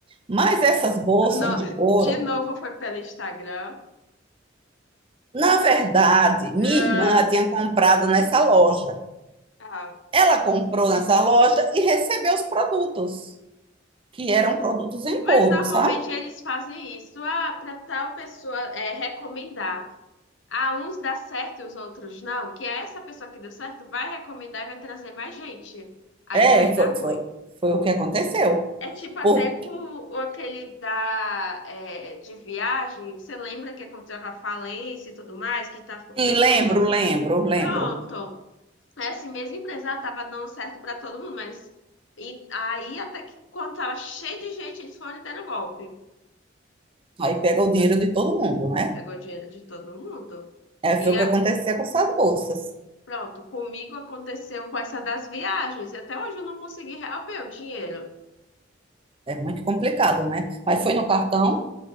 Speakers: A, on the right; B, on the left.
A: Mas essas bolsas
B: No...
A: de couro,
B: De novo foi pelo Instagram.
A: Na verdade, minha
B: Ah,
A: irmã tinha comprado nessa loja.
B: ah.
A: Ela comprou nessa loja e recebeu os produtos, que eram produtos em
B: Mas
A: couro,
B: normalmente
A: sabe?
B: eles fazem isso, ah, para tal pessoa é, recomendar. Ah, uns dá certo e os outros não, que é essa pessoa que deu certo vai recomendar e vai trazer mais gente. Aí
A: É,
B: vai dar
A: foi,
B: ruim.
A: foi, foi o que aconteceu.
B: É tipo até
A: Porque,
B: com o- aquele da, é, de viagem, você lembra que aconteceu com a falência e tudo mais, que tá, ficou
A: sim,
B: bem
A: lembro,
B: famosa?
A: lembro, lembro.
B: Pronto, essa mesma empresa ela tava dando certo para todo mundo, mas e, aí até que quando tava cheio de gente, eles foram e deram golpe.
A: Aí pega o dinheiro de todo mundo, né?
B: Pegou dinheiro de todo mundo.
A: É,
B: E
A: foi o
B: a-
A: que aconteceu com essas bolsas.
B: pronto, comigo aconteceu com essa das viagens. Até hoje eu não consegui reaver o dinheiro.
A: É muito complicado, né? Mas foi no cartão.